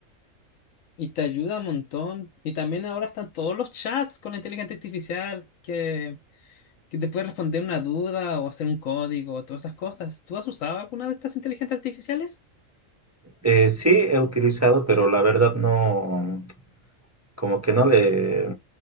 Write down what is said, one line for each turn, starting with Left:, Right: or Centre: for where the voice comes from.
Left: Y te ayuda un montón. Y también ahora están todos los chats con la inteligencia artificial que, que te puede responder una duda o hacer un código o todas esas cosas. ¿Tú has usado alguna de estas inteligencias artificiales?
Right: eh, sí he utilizado, pero la verdad no, como que no le,